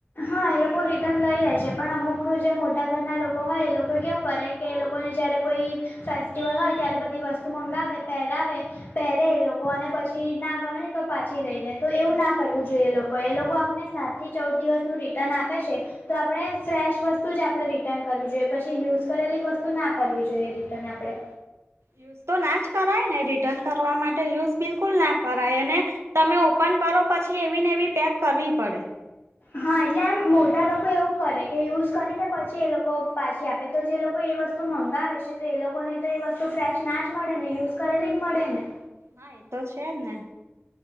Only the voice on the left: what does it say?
હા એ લોકો રિટર્ન લઈ લે છે પણ અમુક જે મોટા ઘરના લોકો હોય એ લોકો કેવું કરે કે લોકોને જ્યારે કોઈ ફેસ્ટિવલ હોય ત્યારે બધી વસ્તુ મંગાવે પહેરાવે પહેરે એ લોકો અને પછી ના ગમે ને તો પાછી લઈ દે તો એવું ના કરવું જોઈએ એ લોકો એ લોકો આપને સાથે થી ચૌદ દિવસનું રિટર્ન આપે છે તો આપણે ફ્રેશ વસ્તુ જ આપણે રિટર્ન કરવી જોઈએ પછી યુઝ કરેલી વસ્તુ ના કરવી જોઈએ રિટર્ન આપણે
હા એટલે એમ મોટા લોકો એવું કરે કે યુઝ કરીને પછી એ લોકો પાછી આપે તો જે લોકો એ વસ્તુ મંગાવે છે તો એ લોકોને તો એ વસ્તુ ફ્રેશ ના જ મળે ને યુઝ કરેલી જ મળે ને